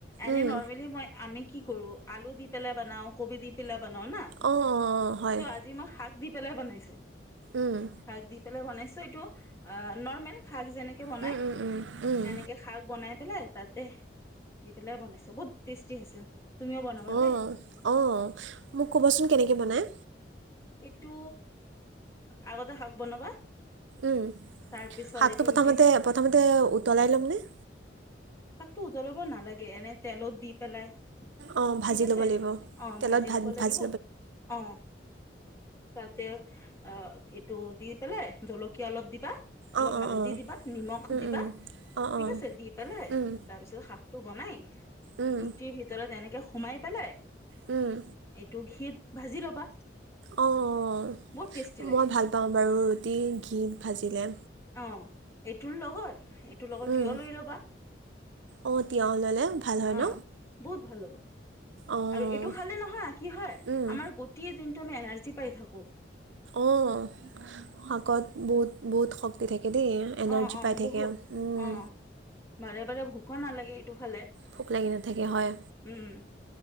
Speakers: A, on the left (about 15°); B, on the right (about 80°).
A: এনে
B: উম
A: নৰ্মেলি মই আমি কি কৰো আলু দি পেলাই বনাও কবি দি পেলাই বনাও না
B: অঁ অঁ অঁ হয়
A: চ আজি মই শাক দি পেলাই বনাইছো।
B: উম
A: শাক দি পেলাই বনাইছো এইটো, নৰ্মেল শাক যেনেকে বনাই
B: উম, উম, উম, উম।
A: এনেকে শাক বনাই পেলাই তাতে দি পেলাই বনাইছো, বহুত টেষ্টি হৈছে তুমিও বনাবা
B: অঁ,
A: দেই।
B: অঁ মোক ক'বচোন কেনেকৈ বনায়?
A: এইটো আগতে শাক বনাবা
B: উম
A: তাৰপিছত
B: শাকটো
A: এইটো
B: প্ৰথমতে
A: ৰুটি
B: প্ৰথমতে উতলাই লম নে?
A: শাকঞো উতলাব নালাগে, এনে তেলত দি পেলাই
B: অঁ, ভাজি
A: ঠিক আছে
B: ল'ব লাগিব।
A: অ
B: তেলত
A: ভাজি
B: ভা
A: ল'ব লাগিব,
B: ভাজি
A: অ তাতে আ এইটো দি পেলাই জলকীয়া অলপ দিবা, অলপ
B: অঁ, অঁ,
A: হালধি
B: অঁ।
A: দিবা নিমখ
B: উম,
A: দিবা
B: উম। অঁ,
A: ঠিক
B: অঁ।
A: আছে দি পেলাই
B: উম,
A: তাৰপিছত শাকটো বনাই
B: উম,
A: ৰুটি ভিতৰত এনেকে সোমাই পেলাই
B: উম।
A: দুখিত ভাজি ল'বা,
B: অঁ, অঁ।
A: বহুত টেষ্টি লাগে
B: মই ভাল পাওঁ বাৰু ৰুটি ঘিত ভাজিলে।
A: অ এইটোৰ লগত তোৰ লগত
B: উম।
A: টিয়ঁহ লৈ ল'বা,
B: অঁ, তিয়ঁহ ল'লে ভাল হয়
A: অহ
B: ন?
A: বহুত ভাল হ'ব
B: অঁ,
A: আৰু এইটো খালে নহয় কি হয়
B: উম,
A: আমাৰ গোট টেই দিনটো আমি এনাৰ্জি পাই থাকোঁ।
B: অঁ শাকত বহুত বহুত শক্তি থাকে দেই। এনাৰ্জি
A: অ অ
B: পাই থাকে
A: বহুত
B: উম।
A: অ বাৰে বাৰে ভোকো নালাগে এইটো খালে।
B: ভোক লাগি নাথাকে হয়,
A: উম